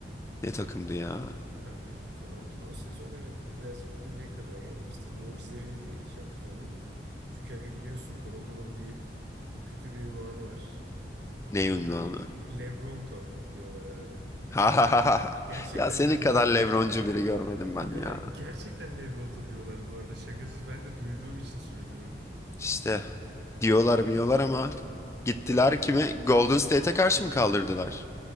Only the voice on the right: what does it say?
abi Toronto o sezon evet birazcık miracle yani işte mucizevi bir şampiyonluk. Çünkü aga biliyorsun Toronto'nun bir kötü bir ünvanı var.
Lebronto diyorlar abi.
Gerçekten
Lebron.
Aga
gerçekten Lebronto diyorlar bu arada şakasız ben de duyduğum için söylüyorum.
<laughs>